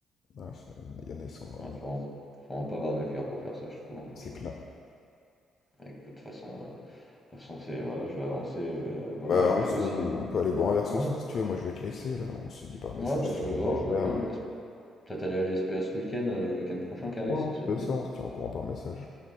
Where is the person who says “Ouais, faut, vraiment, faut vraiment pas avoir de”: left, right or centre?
Left